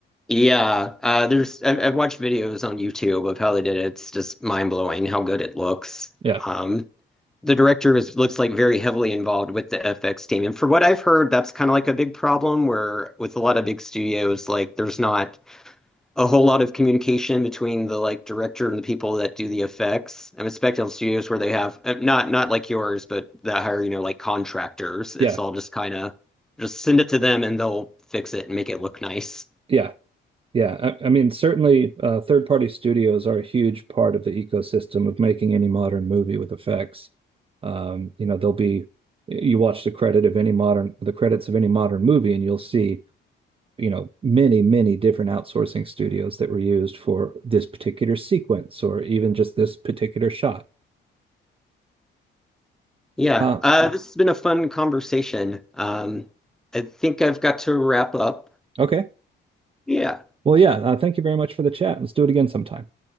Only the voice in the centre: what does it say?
Yeah, uh, there's I've, I've watched videos on YouTube of how they did it. It's just mind blowing how good it looks.
Um, the director is looks like very heavily involved with the FX team, and for what I've heard, that's kind of like a big problem where with a lot of big studios, like there's not a whole lot of communication between the like director and the people that do the effects. I'm expecting studios where they have uh, not not like yours, but that hire you know like contractors. It's
all just kind of just send it to them and they'll fix it and make it look nice.
Yeah,
uh, this has been a fun conversation. Um, I think I've got to wrap up.
Yeah,